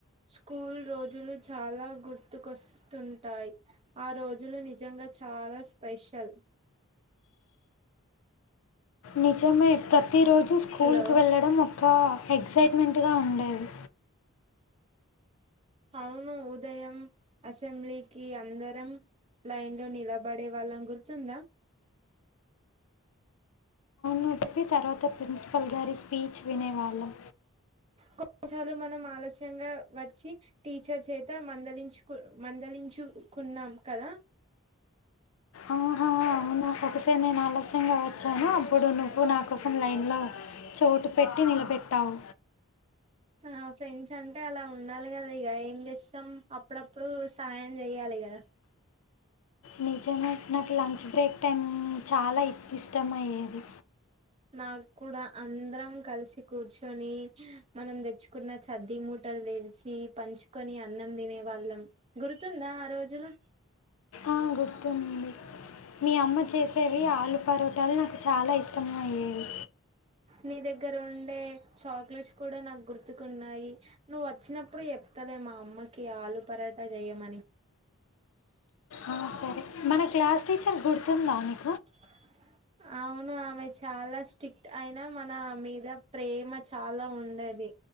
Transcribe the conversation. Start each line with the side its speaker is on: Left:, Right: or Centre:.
Right: స్కూల్ రోజులు చాలా గుర్తుకొస్తుంటాయి ఆ రోజులు నిజంగా చాలా స్పెషల్
Left: నిజమే ప్ర ప్రతి రోజు స్కూల్
Right: హలో
Left: కి వెళ్లడం ఒక ఎక్సైట్మెంట్ స్ట్రైట్ ఉండేది
Right: అవును ఉదయం అసెంబ్లీకి అందరం లైన్లో నిలబడేవాలాం గుర్తుందా
Left: చెదప్పి తర్వాత ప్రిన్సిపల్ గారి స్పీచ్ వినేవాళ్ళం
Right: కొన్నిసార్లు మనం ఆలస్యంగా వచ్చి టీచర్ చేత మందలించుకు మందలించుకున్నాం కదా
Left: ఆహా నాకుకసారి నేను ఆలస్యంగా వచ్చాను అప్పుడు నువ్వు నాకోసం లైన్లో చోటు పెట్టి నిలబెట్టావు
Right: ఆ ఫ్రెండ్స్ అంటే అలా ఉండాలి కదా ఇక ఏం చేస్తాం అప్పుడప్పుడు సహాయం చేయాలి కదా
Left: నిజమే నాకు లంచ్ బ్రేక్ టైం చాలా ఇ ఇష్టమ అయ్యేది
Right: నాకు కూడా అందరం కలిసి కూర్చొని మనం తెచ్చుకున్న చద్ది మూటలు తెరిచి పంచుకొని అన్నం తినే వాళ్ళం గుర్తుందా ఆ రోజులు
Left: ఆ! గుర్తుంది మీ అమ్మ చేసేవి ఆలు పరోటాలు నాకు చాలా ఇష్టమ అయ్యేవి
Right: నీ దగ్గర ఉండే చాక్లెట్స్ కూడా నాకు గుర్తుకున్నాయి నువ్వు వచ్చినప్పుడు చెప్తలే మా అమ్మకి ఆలు పరాటా చెయమని
Left: ఆ! సరే. మన క్లాస్ టీచర్ గుర్తుందానికి
Right: <inaudible> అవును ఆమె చాలా స్ట్రిక్ట్ అయినా మన మీద ప్రేమ చాలా ఉండది